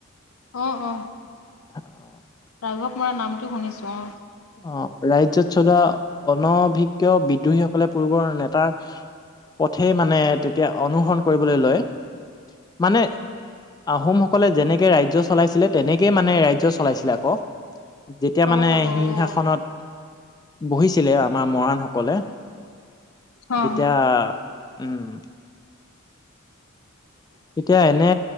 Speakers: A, on the left; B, on the left.
A: অ অ।
B: <unintelligible>
A: ৰাঘৱ মৰান নামটো শুনিছো অ।
B: অ ৰাজ্যত চলোৱা অনভিজ্ঞ বিদ্ৰোহীসকলে পূৰ্বৰ নেতাৰ। পথে মানে তেতিয়া অনুসৰণ। কৰিবলৈ লয় মানে আহোমসকলে যেনেকে ৰাজ্য চলাইছিলে তেনেকে। মানে ৰাজ্য চলাইছিলে আকৌ যেতিয়া
A: অ',
B: মানে
A: অ', অ',
B: সিংহাসনত। বহিছিলে আমাৰ মৰাণ সকলে
A: অ',
B: তেতিয়া। উম। তেতিয়া এনে